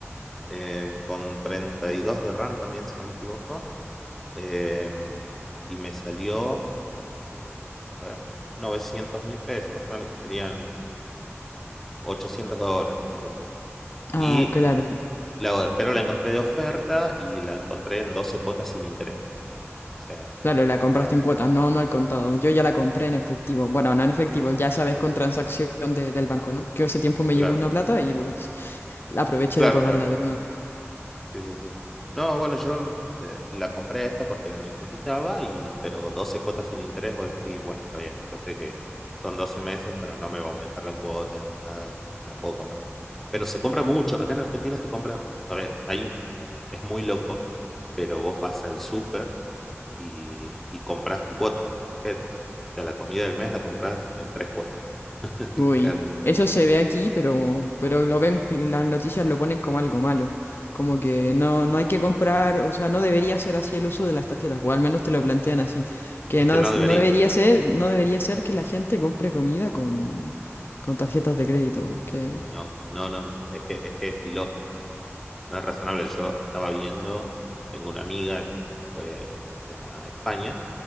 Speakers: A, in the centre; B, on the left.
A: em, con 32 de RAM también, si no me equivoco, em, y me salió, eh, a ver, novecientos mil pesos, más o menos, que serían 800 dólares, una cosa así.
B: Ah,
A: Y
B: claro,
A: La- pero la encontré de oferta y la encontré en 12 cuotas sin interés, digamos. O sea,
B: Claro,
A: la
B: la
A: voy
B: compraste
A: a pagar.
B: en cuotas, no, no al contado. Yo ya la compré en
A: Mm,
B: efectivo. Bueno, no en efectivo, ya sabes, con transacción de- del banco, ¿no? Que hace tiempo me
A: Claro,
B: llegó una plata y pues la aproveché
A: claro,
B: de pagarla
A: claro.
B: de una.
A: Sí, sí, sí. No, bueno, yo mm, eh, la compré esta porque la necesitaba, y, pero 12 cuotas sin interés, vos decís, bueno, está bien, yo sé que son 12 meses, pero no me va a aumentar la cuota ni nada y la puedo comprar. Pero se compra mucho. Acá en Argentina se compra, a ver, hay, un- es muy loco, pero vos vas al súper. y, y compras en cuotas con tarjeta. O sea, la comida del mes la compras en tres cuotas, <laughs> literalmente.
B: Uy, eso se ve aquí, pero, pero lo ven, las noticias lo ponen como algo malo. Como que no, no hay que comprar, o sea, no debería ser así el uso de las tarjetas, o al menos te lo plantean así. Que
A: Es
B: no,
A: que no debería.
B: no debería ser, no debería ser que la gente compre comida con, con tarjetas de crédito, porque
A: Y no, no, no, no. Es que es, que es ilógico, no, no, no es razonable. Yo estaba viendo, tengo una amiga que se fue este, a España